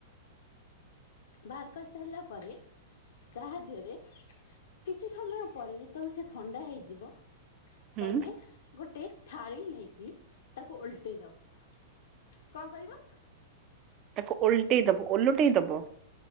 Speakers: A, on the left; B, on the right.
A: ବହାର କରି ସାରିଲା ପରେ ତାହା ଦେହରେ କିଛି ସମୟ ପରେ ଯେତେବେଳେ ସେ ଥଣ୍ଡା ହେଇଯିବ
B: ହୁଁ
A: ତମେ ଗୋଟେ ଥାଳି ନେଇକି ତାକୁ ଓଲଟେଇ ଦବ କଁ କରିବ?
B: ତାକୁ ଓଲଟେଇ ଦବ ଓଲଟେଇ ଦବ